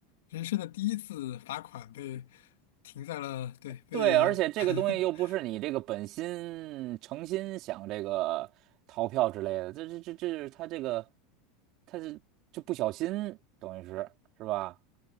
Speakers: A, on the left (about 85°); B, on the right (about 50°).
A: 人生的第一次罚款被停在了，对，被，
B: 对，而且这个东西又不是你这个本心诚心想这个逃票之类的，
A: <laughs>
B: 这这这这是他这个他是就不小心，等于是是吧？